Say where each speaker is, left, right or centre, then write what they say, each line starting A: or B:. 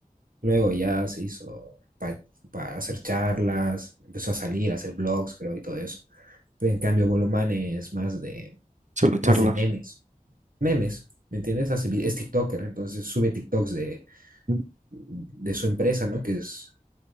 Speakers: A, on the right; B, on the right.
A: Luego ya se hizo para hacer charlas, empezó a salir, a hacer blogs, creo, y todo eso. Pero en cambio, Bolomán es más de,
B: Solo charlar.
A: más de memes, memes, ¿me entiendes? Hace vi- es TikToker, entonces sube TikToks de,
B: Mm,
A: de su empresa, ¿no? Que es